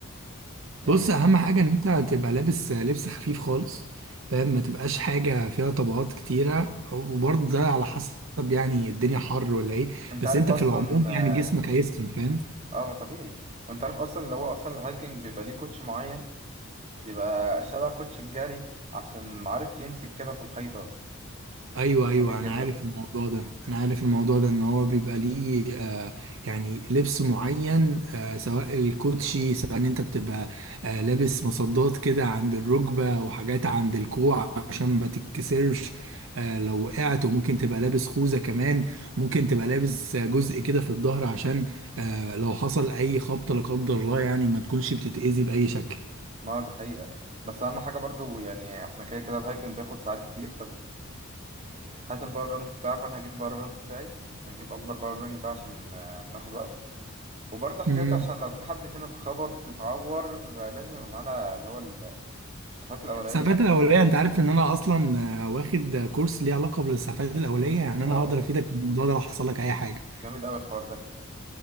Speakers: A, on the right; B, on the right.
A: يعني
B: بص اهم حاجه ان انت تبقى لابس لبس خفيف خالص فاهم ما تبقاش حاجه فيها طبقات كتيره وبرضه ده على حسب يعني الدنيا حر ولا ايه
A: انت
B: بس
A: عارف
B: انت
A: اصلا
B: في العموم يعني
A: اه
B: جسمك هيسخن فاهم
A: آه، ما طبيعي وانت عارف اصلا اللي هو اصلا الهايكنج بيبقى ليه كوتش معين بيبقى شبه كوتش الجري عشان عارف يمسك كده في الحيطة
B: ايوه
A: بس
B: ايوه
A: جميل جدا
B: انا عارف الموضوع ده انا عارف الموضوع ده ان هو بيبقى ليه آه يعني لبس معين آه سواء الكوتشي سواء ان انت بتبقى آه لابس مصدات كده عند الركبه وحاجات عند الكوع عشان ما تتكسرش آه لو وقعت وممكن تبقى لابس خوذه كمان ممكن تبقى لابس آه، جزء كده في الظهر عشان آه لو حصل اي خبطه لا قدر الله يعني ما تكونش بتتاذي باي شكل
A: ما ده حقيقة بس اهم حاجة برضو يعني احنا كده كده الهايكنج بياخد ساعات كتير هات الباور بانك بتاعك وانا هجيب باور بانك بتاعي بس هنجيب اكبر باور بانك بقى عشان آه، ناخد وقت وبرضه احتياطي
B: مم.
A: عشان لو في حد فينا اتخبط اتعور آه، لازم يبقى معانا اللي هو الاسعافات الاوليه
B: الإسعافات الأولية أنت عارف إن أنا أصلا آه، واخد آه، كورس ليه علاقة بالإسعافات الأولية يعني
A: واو
B: أنا هقدر أفيدك في الموضوع ده لو حصل لك أي حاجة
A: جامد قوي الحوار ده